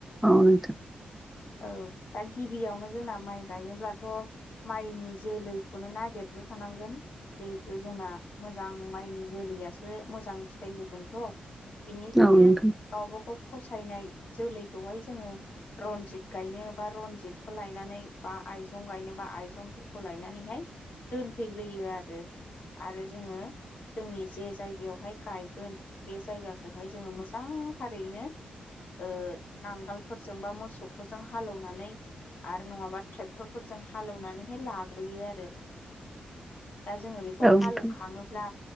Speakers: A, in the centre; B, on the left.
A: औ नोंथां
B: औ दा गिबियावनो जोंना माइ गायनोब्लाथ' माइनि जोलैखौनो नागिर थानांगोन जिहेथु जोंना मोजां माइनि जोलैयासो मोजां फिथाइ होगोनथ' बेनिखायनो
A: औ नोंथां
B: गावबा गाव फसायनाय जोलैखौहाय जोङो रनजित गायनो बा रनजितखौ लायनानै बा आइजं गायनो बा आइजंफोरखौ लायनानैहाय दोनफैग्रोयो आरो आरो जोङो जोंनि जे जायगायावहाय गायगोन बे जायगाखौहाय जोङो मोजां मोजांथारैनो ओ नांगोलफोरजों बा मोसौफोरजों हालौवनानै आरो नङाबा ट्रेक्टरफोरजों हालेवनानैहाय लाग्रोयो आरो दा जोङो बेखौ
A: औ
B: हालौखाङोब्ला
A: नोंथां